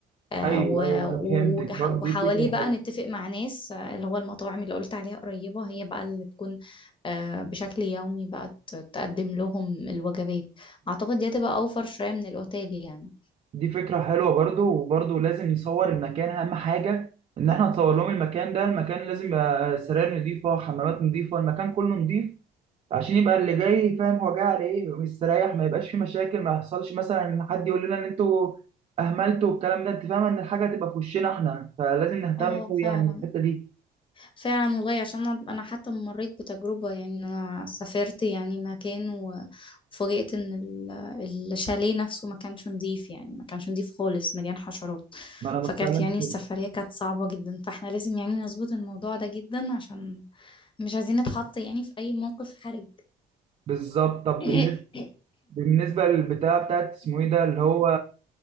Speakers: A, on the left (about 30°); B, on the right (about 35°).
A: آه،
B: ايوه
A: و-
B: ايوه انا
A: و-
B: فهمتك
A: وجح-
B: برضو
A: وحواليه
B: دي فكره
A: بقى
B: حلوه
A: نتفق مع ناس آه، اللي هو المطاعم اللي قلت عليها قريبة هي بقى اللي تكون آه، بشكل يومي بقى ت- تقدم لهم الوجبات أعتقد دي هتبقى أوفر شوية من الأوتيل يعني
B: دي فكره حلوه برضو وبرضو لازم نصور المكان اهم حاجه ان احنا نصور لهم المكان ده المكان لازم يبقى سراير نظيفه حمامات نظيفه المكان كله نظيف عشان يبقى اللي جاي فاهم هو جاي على ايه ومستريح ما يبقاش في مشاكل ما يحصلش مثلا ان حد يقول لنا ان انتوا اهملتوا والكلام ده انت فاهم ان الحاجه هتبقى في وشنا احنا فلازم نهتم
A: اه
B: قوي
A: فعلا
B: يعني بالحته دي
A: فعلا والله عشان انا أنا حتى مريت بتجربة يعني انا سافرت يعني مكان و- وفوجئت ان ال- الشاليه نفسه ما كانش نظيف يعني ما كانش نظيف خالص مليان حشرات
B: فانا بتكلم
A: فكانت يعني
B: كده
A: السفرية كانت صعبة جدا فاحنا لازم يعني نظبط الموضوع ده جدا عشان مش عايزين نتحط يعني في اي موقف حرج
B: بالظبط طب
A: <coughs>
B: بالنسبه بالنسبة للبتاع بتاعت اسمه ايه ده اللي هو